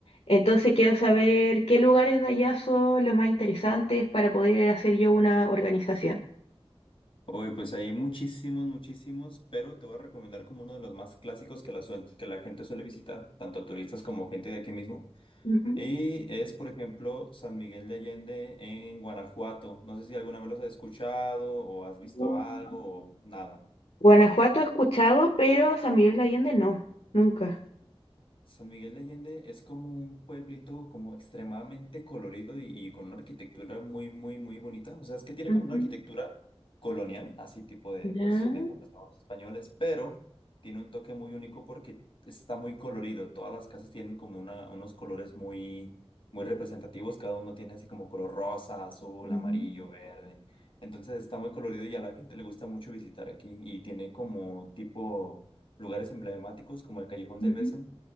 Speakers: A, on the left; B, on the left.
A: Entonces quiero saber qué lugares de allá son los más interesantes para poder hacer yo una organización.
B: Oye, pues hay muchísimos, muchísimos, pero te voy a recomendar como uno de los más clásicos que la, suen- que la gente suele visitar, tanto turistas como gente de aquí mismo.
A: Ujú.
B: Y es, por ejemplo, San Miguel de Allende en Guanajuato. No sé si alguna vez los has escuchado o has visto
A: Mm.
B: algo o nada.
A: Guanajuato he escuchado, pero San Miguel de Allende no, nunca.
B: San Miguel de Allende es como un pueblito como extremadamente colorido y, y con una arquitectura muy, muy, muy bonita. O sea, es que tiene
A: Ujú.
B: como una arquitectura colonial, así tipo de,
A: Ya.
B: pues, de cuando estaban los españoles, pero tiene un toque muy único porque está muy colorido. Todas las casas tienen como una, unos colores muy, muy representativos. Cada uno tiene así como color rosa, azul,
A: Ujú.
B: amarillo, verde. Entonces está muy colorido y a la gente le gusta mucho visitar aquí y tiene como tipo lugares emblemáticos como el Callejón
A: Ujú.
B: del Beso.